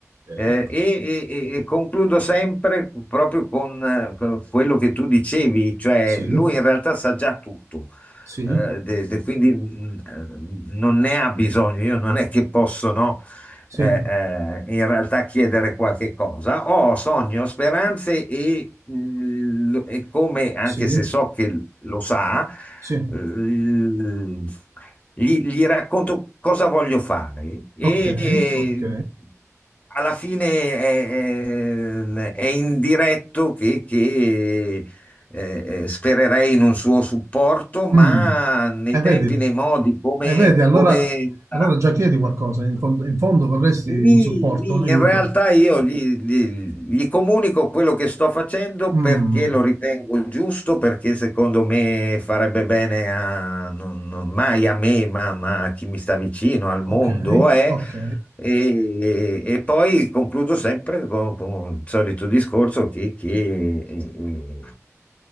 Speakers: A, on the right; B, on the left.
A: ok,
B: Eh, e, e- e- e concludo sempre proprio con eh, con quello che tu dicevi, cioè
A: sì,
B: lui in realtà sa già tutto,
A: sì,
B: eh, de- de- quindi mh, eh, non ne ha bisogno, io non è che posso, no,
A: sì,
B: eh, eh, in realtà chiedere qualche cosa. Ho sogni, ho speranze e, l- e come, anche
A: sì,
B: se so che l- lo sa,
A: sì,
B: l- gli, gli racconto cosa voglio fare e
A: ok, ok.
B: alla fine è, è- è indiretto che, che eh, eh, spererei in un suo supporto, ma
A: Mm.
B: nei
A: E
B: tempi,
A: vedi,
B: nei modi, come
A: e vedi, allora,
B: come sarà?
A: allora già chiedi qualcosa, in fondo, in fondo vorresti
B: Mi-
A: un supporto,
B: mi-
A: un aiuto.
B: in realtà io gli, gli- gli comunico quello che sto facendo
A: Mm.
B: perché lo ritengo giusto, perché secondo me farebbe bene a, non- non- mai a me, ma, ma a chi mi sta vicino, al mondo.
A: Ok,
B: eh.
A: ok,
B: E, e poi concludo sempre con, con il solito discorso che, che, eh,